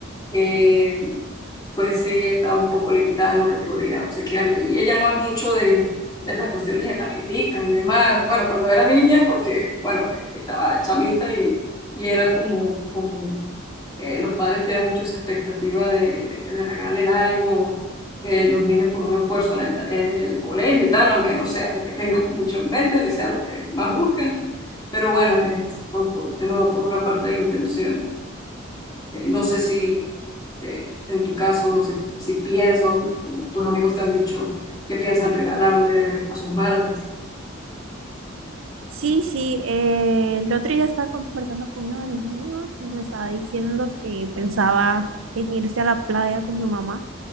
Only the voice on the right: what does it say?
sí, sí. eh, el otro día estaba conversando con uno de mis amigos y me estaba diciendo que pensaba en irse a la playa con su mamá.